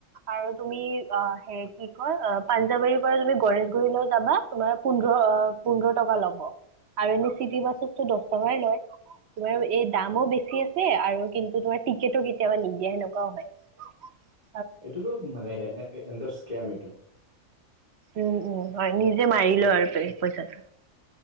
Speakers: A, on the right (about 60°); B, on the right (about 30°).
A: আৰু তুমি অহ সেই কি কয় অহ পাঞ্জাবাৰীৰ পৰা তুমি গণেশগুৰিলৈ যাবা তোমাৰ পোন্ধৰ অ পোন্ধৰ টকা ল'ব আৰু এনে চিটি বাছতো দহ টকাই লয় তোমাৰ এই দামো
B: হয়।
A: বেছি আছে আৰু কিন্তু তোমাৰ টিকটো কেতিয়াবা নিদিয়া সেনেকুৱাও হয় অহ
B: এইটোতো মানে এন্দ স্কেম এইটো
A: উম উম হয় নিজে মাৰি আৰু বেলেগ পইচাটো